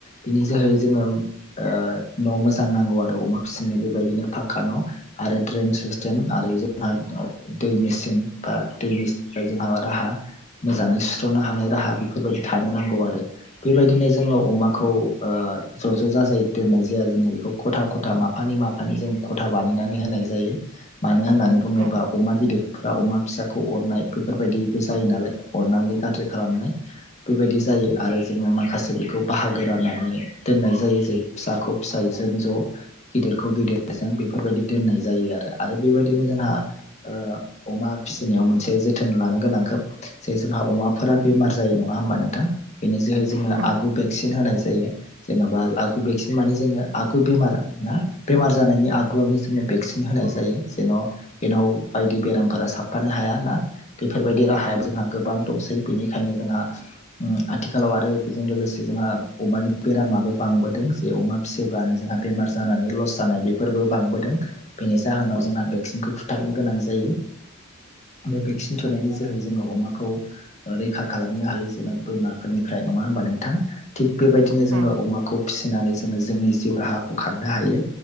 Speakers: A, on the left (about 30°); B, on the right (about 65°).
A: बिनि जोहै जोङो ओ न' मोजां नांगौ आरो अमा फिसिनाय बेबायदिनो फाखा न'। आरो ड्रेन सिस्टेम आरो जोंहा दै मेचिन बा दैनि जोंहा मा राहा? मोजाङै सुस्र'नो हानाय राहा बेफोरबायदि थानो नांगौ आरो। बेबायदिनो जोंङो अमाखौ ओ ज' ज' जाजाय दोननाय जाया जोंङो बेखौ। खथा खथा माफानि माफानि जों खथा बानायनानै होनाय जायो। मानो होननानै बुंङोब्ला,
B: उम
A: अमा गिदिरफोरा अमा फिसाखौ अरनाय बेफोरबायदिबो जायो नालाय अरनानै <unintelligible> खालामनाय। बेबायदि जायो आरो जोंङो माखासे बेखौ बाहागो राननानै दोननाय जायो। जे फिसाखौ फिसायजों ज'। गिदिरखौ गिदिरजों बेफोरबायदि दोननाय जायो आरो। आरो बेबायदिनो जोंहा ओ अमा फिसिनायाव मोनसे जोथोन लानो गोनां खोब जे जोंहा अमाफोरा बेमार जायो। नंङा होमबा नोंथां? बेनि जोहै जोंङो
B: उम
A: आगु बेक्सिन होनाय जायो। जेन'बा आगु बेक्सिन माने जोंङो आगु बेमार ना बेमार जानायनि आगुआवनो जोंङो बेक्सिन होनाय जायो। जेन' बेेनाव बायदि बेरामफोरा साबफानो हाया ना बेफोरबायदि राहायाबो जोंहा गोबां दंसै। बेनिखायनो जोंहा आथिखालाव आरो बेजों लोगोसे जोंहा अमानि बेरामाबो बांबोदों। जे अमा फिसियोब्लानो जोंहा बेमार जानानै लस जानाय बेफोरबो बांबोदों। बेनि जाहोनाव जोंहा भेक्सिनखौ थुथारनो गोनां जायो। बे भेक्सिन थुनायनि जोहै जोंङो अमाखौ ओ रैखा खालामनो हायो जेनबा बेमारफोरनिफ्राय नङा हबा नोंथां थिग बेबायदि दिनो जोंङो
B: उम
A: अमाखौ फिसिनानै जोङो जोंनि जिउ राहाखौ खांनो हायो।